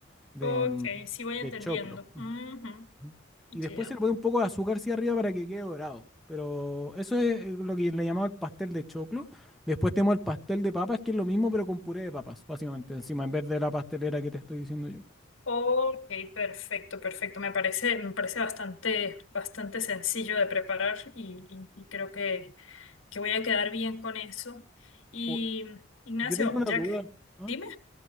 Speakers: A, in the centre; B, on the left (about 80°).
A: de,
B: Ok,
A: mm,
B: sí voy
A: de
B: entendiendo.
A: choclo.
B: Ujú,
A: Ujú.
B: Ya.
A: Y después se le pone un poco de azúcar hacia arriba para que quede dorado. Pero eso es eh, lo que le llamaba el pastel de choclo. Después tenemos el pastel de papas, que es lo mismo, pero con puré de papas, básicamente, encima, en vez de la pastelera que te estoy diciendo yo.
B: Ok, perfecto, perfecto. Me parece, me parece bastante, bastante sencillo de preparar y, y- y creo que, que voy a quedar bien con eso. Y
A: O-
B: Ignacio,
A: yo tenía una
B: Jack,
A: duda. ¿ah?
B: dime.